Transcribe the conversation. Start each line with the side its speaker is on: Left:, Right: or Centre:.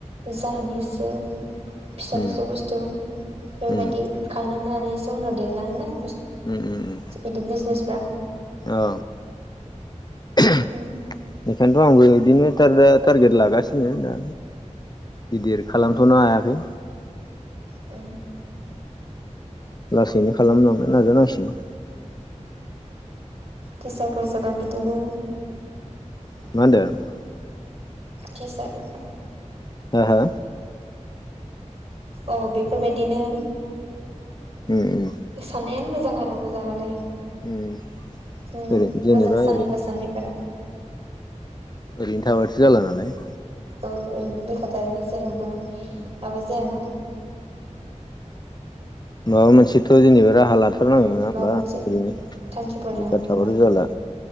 Right: जानानैसो फिसा
Left: उम
Right: फिसौ बुस्थु बेफोरबायदि
Left: उम
Right: खालामलांनोनानैसो उनाव देरलाङोना ब
Left: उम उम
Right: इदि बिजनेसफ्रा
Left: औ बेनिखायथ'
Right: उम
Left: आंबो बिदिनो दा टारगेट लागासिनो दा गिदिर खालामथ'नो हायाखै
Right: ओ
Left: लासैनो खालामलांनो नाजानांसिगोन
Right: टिचारफोर जाबा बिदिनो
Left: <unintelligible>
Right: जिसाग
Left: ह ह
Right: औ बेफोरबायदिनो
Left: <unintelligible>
Right: सानानायानो मोजां आरो मोजाङालाय
Left: उम
Right: मोजां
Left: ओरै जेनेबा
Right: साननांगौ
Left: ओरै
Right: साननायफोरा
Left: ओरैनो थाबाथो जाला नालाय
Right: औ ओरैनो बेखाथाय जेरावबो माबा
Left: उम
Right: जायाना
Left: माबा मोनसेथ' जेनेबा राहा लादों। थाथारनांगोन
Right: उम
Left: नङा
Right: माबा
Left: होमबा
Right: मोनसे
Left: ओरैनो
Right: थांखिफोर
Left: बेखार
Right: लानानैबो
Left: थाबाथ' जाला